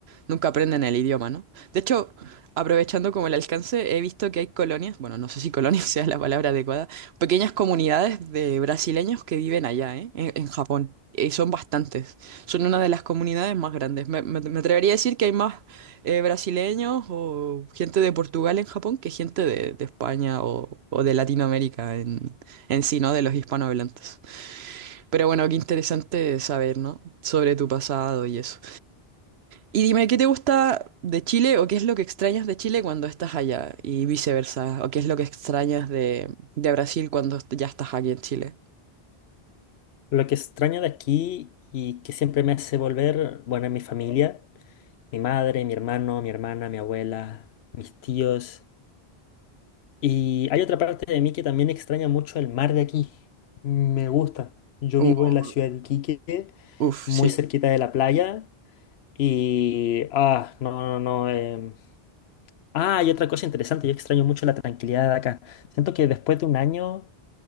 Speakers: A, on the right; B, on the left.
A: nunca aprenden el idioma, ¿no? De hecho, aprovechando como el alcance, he visto que hay colonias, bueno, no sé si colonia <laughs> sea la palabra adecuada, pequeñas comunidades de brasileños que viven allá, ¿eh? En, en Japón. Y son bastantes. Son una de las comunidades más grandes. Me, me- me atrevería a decir que hay más eh, brasileños o gente de Portugal en Japón que gente de, de España o, o de Latinoamérica en, en sí, ¿no? De los hispanohablantes. Pero bueno, qué interesante saber, ¿no? Sobre tu pasado y eso. Y dime, ¿qué te gusta de Chile o qué es lo que extrañas de Chile cuando estás allá y viceversa? ¿O qué es lo que extrañas de, de Brasil cuando ya estás aquí en Chile?
B: Lo que extraño de aquí y que siempre me hace volver, bueno, es mi familia, mi madre, mi hermano, mi hermana, mi abuela, mis tíos. Y hay otra parte de mí que también extraña mucho el mar de aquí. Me gusta. Yo
A: Uh,
B: vivo en la ciudad de Iquique,
A: uf,
B: muy
A: sí.
B: cerquita de la playa. Y... Ah, no, no, no. em, Ah, y otra cosa interesante, yo extraño mucho la tranquilidad de acá. Siento que después de un año